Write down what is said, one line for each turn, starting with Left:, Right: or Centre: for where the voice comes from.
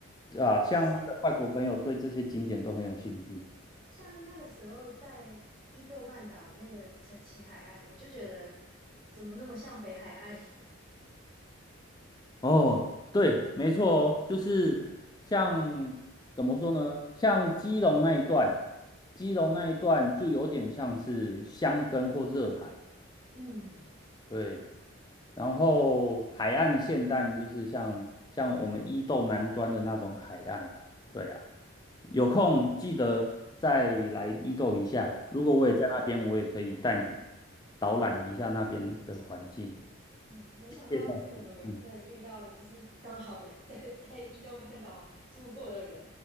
Left: 啊，像那个外国朋友对这些景点都很有兴趣。
Right: 其实像那个时候在伊豆半岛那个陈崎海岸，我就觉得怎么那么像北海岸？
Left: 哦，对，没错哦，就是像怎么说呢？像基隆那一段，基隆那一段就有点像是箱根或热海，
Right: <laughs> 嗯
Left: 对。然后海岸线但就是像像我们伊豆南端的那种海岸，对啊。有空记得再来伊豆一下。如果我也在那边，
Right: 嗯。
Left: 我也可以带你导览一下那边的环境。
Right: 嗯，没想到这么有缘分，
Left: 谢谢，嗯
Right: 遇到就是刚好 <laughs> 在在伊豆半岛住过的人。